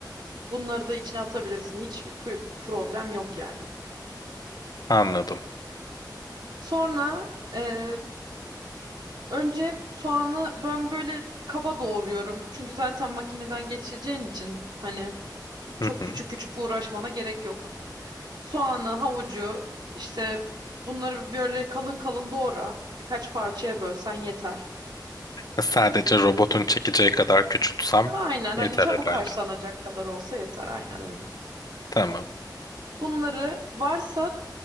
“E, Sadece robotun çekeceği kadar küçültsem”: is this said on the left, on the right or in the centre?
Left